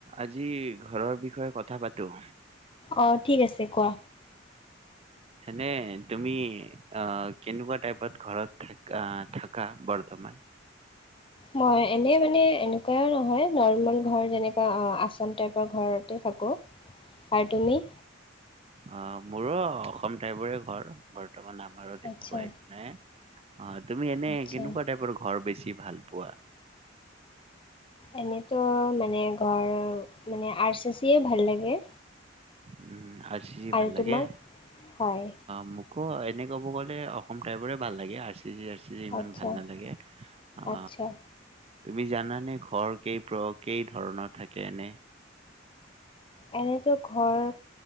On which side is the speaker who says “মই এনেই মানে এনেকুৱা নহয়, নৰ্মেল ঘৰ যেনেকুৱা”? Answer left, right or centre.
Left